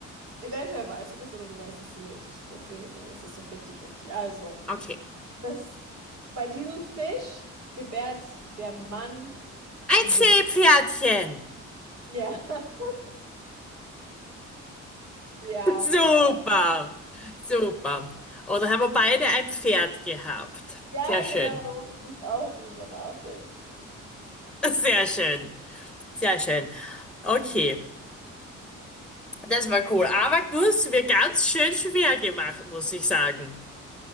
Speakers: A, on the right; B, in the centre.
A: Eventuell weißt du das oder du weißt es nicht. Deswegen ist es so 50-50. Also,
B: Okay.
A: das, bei diesem Fisch gebärt der Mann
B: Ein
A: die
B: Seepferdchen.
A: Jungen. Ja, <laughs> ja,
B: Super,
A: genau.
B: super. Oh, dann haben wir beide ein Pferd gehabt.
A: Ja,
B: Sehr schön,
A: genau, da muss ich auch drüber nachdenken.
B: sehr schön, sehr schön. Okay, das war cool. Aber du hast es mir ganz schön schwer gemacht, muss ich sagen.